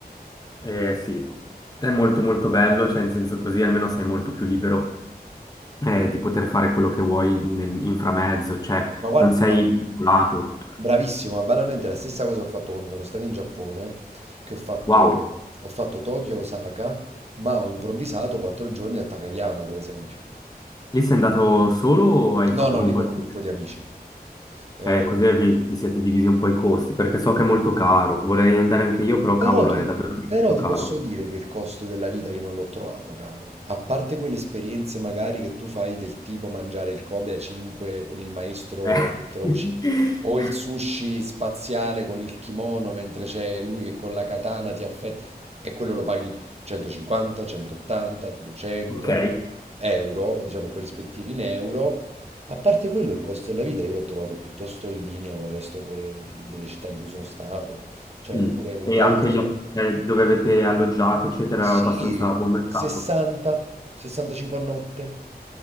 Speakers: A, on the left; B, on the right.
A: Eh, sì. È molto molto bello, cioè in senso così almeno sei molto più libero eh, di poter fare quello che vuoi in, in framezzo, cioè
B: Ma guarda,
A: non sei
B: ma
A: vincolato.
B: bravissimo, ma banalmente la stessa cosa ho fatto quando sono stato in Giappone, che ho fatto,
A: Wow,
B: ho fatto Tokyo-Osaka, ma ho improvvisato quattro giorni a Takayama, per esempio.
A: lì sei andato solo o hai
B: No,
A: fatto
B: no,
A: con
B: lì
A: qualcuno?
B: con un gruppo di amici. Eh,
A: Eh, così vi, vi siete divisi un po' i costi, perché so che è molto caro. Vorrei andare anche io, però
B: Però
A: cavolo,
B: tu,
A: è davvero molto
B: però ti
A: caro.
B: posso dire che il costo della vita io non l'ho trovato, caro. A parte quelle esperienze magari che tu fai del tipo mangiare il Kobe a 5 con il maestro
A: Eh.
B: che te lo
A: <laughs>
B: cucina, o il sushi spaziale con il kimono mentre c'è lui che con la katana ti affetta, e quello lo paghi 150, 180, 200
A: Ok.
B: euro, diciamo corrispettivi in euro. A parte quello, il costo della vita io l'ho trovato piuttosto in linea con il resto pure del- delle città in cui sono stato. Cioè,
A: Mm.
B: pure un
A: E
B: pranzo.
A: anche gli, eh, dove avete alloggiato, eccetera,
B: Sì,
A: era abbastanza a buon mercato.
B: 60, 65 a notte,